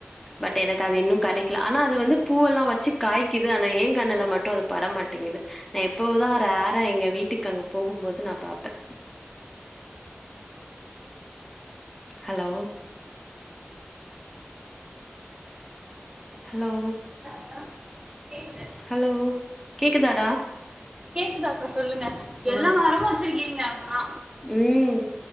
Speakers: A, in the centre; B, on the right.
A: பட் எனக்கு அது இன்னு கிடைக்கல ஆனா அது வந்து பூவெல்லா வச்சு காய்குது ஆனா ஏன் கண்ணுல மட்டு அது பட மாட்டிங்குது நா எப்போதா ரேரா எங்க வீட்டுக்கு அங்க போகும்போது நா பாப்பே ஹலோ ஹலோ
B: கேக்குது கேக்குது.
A: ஹலோ கேக்குதாடா
B: கேக்குதா அக்கா சொல்லுங்க எல்லா
A: ஆ
B: மரமு வச்சிருக்கீங்க அப்பனா
A: ம்